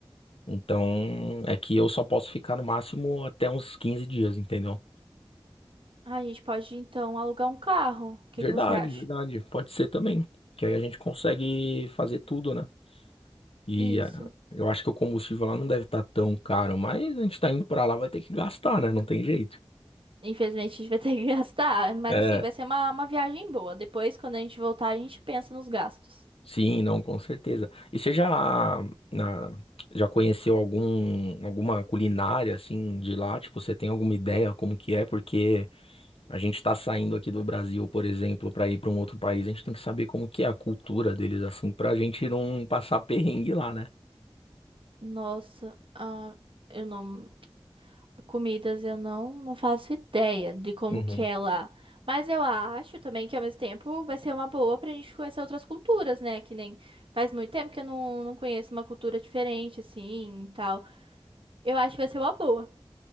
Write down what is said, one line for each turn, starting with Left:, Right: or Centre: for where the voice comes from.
Left: Então é que eu só posso ficar no máximo até uns 15 dias, entendeu?
Right: Ah, a gente pode então alugar um carro. O que
Left: Verdade,
Right: que você acha?
Left: verdade. Pode ser também. Que aí a gente consegue fazer tudo, né? E
Right: Isso.
Left: ah, eu acho que o combustível lá não deve estar tão caro, mas a gente tá indo pra lá, vai ter que gastar, né? Não tem jeito.
Right: Infelizmente <laughs> a gente vai ter que <laughs> gastar, mas
Left: É,
Right: assim, vai ser uma, uma viagem boa. Depois, quando a gente voltar, a gente pensa nos gastos.
Left: Sim, não, com certeza. E você já, na- já conheceu algum, alguma culinária assim de lá? Tipo, você tem alguma ideia como que é? Porque a gente tá saindo aqui do Brasil, por exemplo, para ir para um outro país, a gente tem que saber como que é a cultura deles assim, pra gente não passar perrengue lá, né?
Right: Nossa, ah, eu não. Comidas eu não, não faço ideia de como
Left: Uhum.
Right: que é lá. Mas eu acho também que ao mesmo tempo vai ser uma boa pra gente conhecer outras culturas, né? Que nem faz muito tempo que eu não, não conheço uma cultura diferente, assim, e tal. Eu acho que vai ser uma boa.